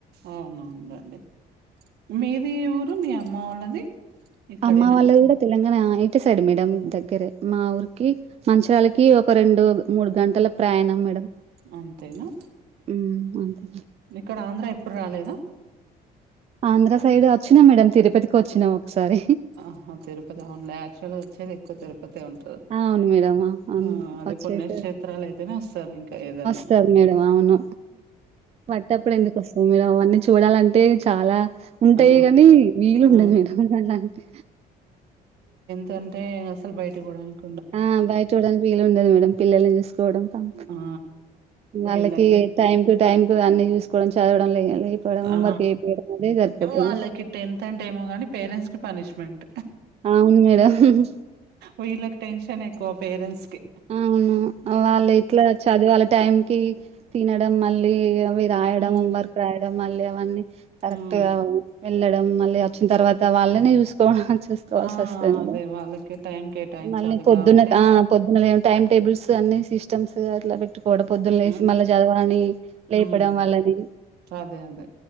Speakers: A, on the right; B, on the right.
A: అవునవునండి మీది ఏ ఊరు మీ అమ్మ వాళ్ళది ఇక్కడేనా
B: అమ్మ వాళ్ళది కూడా తెలంగాణ ఇటు సైడ్ మేడం దగ్గరే మా ఊరికి మంచి వాళ్ళకి ఒక రెండు మూడు గంటల ప్రయాణం మేడం
A: అంతేనా
B: ఉమ్ అంతే
A: ఇక్కడ ఆంధ్ర ఎప్పు రాలేదా
B: ఆంధ్ర సైడ్ వచ్చినా మేడం తిరుపతికి వచ్చినా ఒకసారి
A: ఆహా తిరుపతి అఉన్లే యాక్చువల్గా వచ్చేది ఎక్కువ తిరుపతి ఉంట
B: అవును మేడం అన్
A: ఆ అది
B: వచ్చేసారు
A: పుణ్యక్షేత్రాలు అయితేనే వస్తారు ఇంకా ఏదన్నా
B: సరే మేడం అవును వట్టప్పుడు ఎందుకు వస్త అవ్ మేమ్ అవన్నీ చూడాలంటే చాలా ఉంటాయి
A: ఆ
B: గానీ వీలు ఉండదు
A: ఆ
B: మేడం అలాంటి
A: తన్టే అసలు బయటి పోడాన్క
B: ఆ బయట్ చూడానికి వీలు ఉండదు మేడం పిల్లల్ని చూసుకోవడం కం
A: ఆ
B: వాళ్ళకి
A: వీళ్ళకి
B: టైం టు టైమ్ కు అన్ని చూసుకోవడం చదవడం లేయ లేపోవడం హోంవర్క్
A: ఆ
B: చెపియడం అదే సరిపోతది
A: వాళ్ళకి టెన్త్ అంటే ఏమో కానీ పేరెంట్స్ కి పనిష్మెంట్
B: అవును మేడం హు హు
A: వీళ్ళకి టెన్షన్ ఎక్కువ పేరెంట్స్ కి
B: అవును వాళ్ళు ఇట్లా చదివాల టైం కి తినడం మళ్ళీ అవి రాయడం
A: హ్మ్
B: ఓమ్ వర్క్ రాయడం మళ్ళీ అవన్నీ కరెక్ట్
A: హ్మ్
B: గా వ్ వెళ్ళడం మళ్ళీ వచ్చిన తర్వాత వాళ్ళనీ చూసుకోవ చూసుకోవాల్సిస్తది
A: ఆ అదే
B: మేడమ్
A: వాళ్ళకి టైం కేటాయించాలి
B: మళ్ళీ పొద్దున్న
A: కాబట్టి
B: త ఆ పొద్దున టైమ్ టేబుల్స్ అన్ని సిస్టమ్స్ అట్లా పెట్టు పోడ పొద్దున్ లేసి
A: హ్మ్
B: మళ్ళా చదవాని లేపడం
A: హ్మ్
B: వల్లని
A: అదే అదే